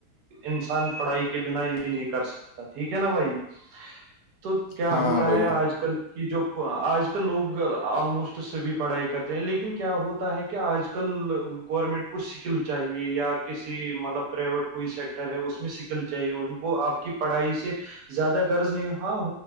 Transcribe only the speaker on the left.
ہاں
ہاں بھائی